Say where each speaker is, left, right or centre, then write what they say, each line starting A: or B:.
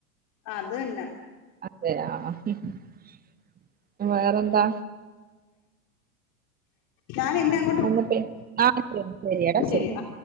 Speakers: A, on the left; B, on the right.
A: അതന്നെ
B: അതെ <unintelligible> വേറെന്താ
A: ഞാനി ന്ന
B: നല്ല പെ ആഹ് ശ ശരി ടാ
A: ശരിയാ
B: ശരി